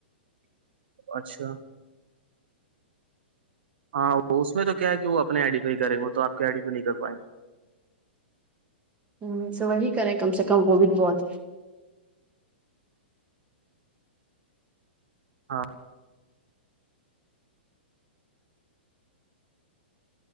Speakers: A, on the right; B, on the right.
A: اچھا ہاں اس میں تو کیا کہ وہ اپنے آئی ڈیفائی کریں گے تو آپ آئی ڈیفی نہیں کر پائیں گے
B: ہ تو وہی کریں کم سے کم وہ بھی بہت
A: ہاں